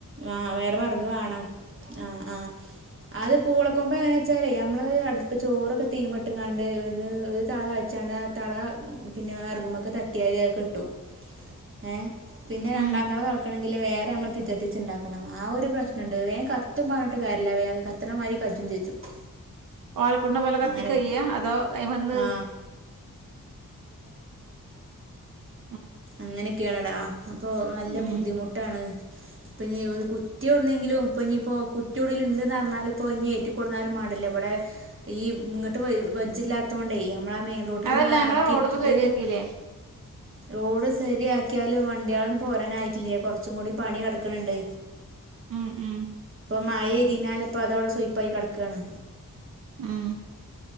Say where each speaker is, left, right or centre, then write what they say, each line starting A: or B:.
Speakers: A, on the right (about 40°); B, on the right (about 80°).
A: ആഹ് വേറെ വെറക് വേണം ആഹ് ആഹ് അത് പൂളക്കൊമ്പ് എങ്ങന വെച്ചാലേ നമ്മ നമ്മള് അടുപ്പ് ചോറൊക്കെ തീയുമെയിട്ട് കാണ്ട് ഒരു തെള തെളച്ചാണ്ട് ആ തെള പിന്നെ വെറകുമൊക്കെ തട്ടിയാൽ അതൊക്കെ കെട്ടുപോകും ഏഹ് പിന്നെ
B: ഉം
A: രണ്ടാം തെള തെളയ്ക്കണെ <unintelligible> വേറെ അമ്മക്ക് <unintelligible> <unintelligible> ഇണ്ടാക്കണം ആ ഒരു പ്രശ്നോണ്ട്. വേഗം കത്തും പറഞ്ഞിട്ട് കാര്യല്ല വേഗം കത്തണ മാതിരി <unintelligible>
B: <unintelligible> പോലെ കത്തി
A: അങ്ങനെ
B: കയിയോ അതോ വന്ന്
A: ആ
B: <unintelligible>
A: അങ്ങനെ <unintelligible> അപ്പൊ നല്ല
B: ഉം
A: ബുദ്ധിമുട്ടാണ്. ഇപ്പൊ ഇനി ഒരു കുറ്റി ഏവിടുന്നെങ്കിലും ഇപ്പൊ ഇനിയിപ്പോ കുറ്റിയെവിടേലും ഇണ്ട്ന്ന് അറിഞ്ഞാല് ഇപ്പോ ഇനിയെ <unintelligible> മാണ്ടില്ല. ഇവിടെ ഈ ഇങ്ങട്ട് വ വജ്ജില്ലാത്തോണ്ടെ നമ്മള മെയിൻ റോട്ടില്
B: അതല്ല
A: <unintelligible>
B: ഞങ്ങളെ
A: എറക്കിയിട്ടിട്ട്
B: റോഡ് ഇപ്പോ ശരിയാക്കില്ലേ
A: റോഡ് സെരിയാക്കിയാല്, വണ്ടികളൊന്നും ഇപ്പൊ ഓടാനായിട്ടില്യേ കൊറച്ചും കൂടി പണി കിടക്കണ് ണ്ട്
B: ഉം ഉം
A: മയെയ്തിനാല് ഇപ്പ അതവാടെ സുയ്പ്പായി കെടക്കാണ്
B: ഉം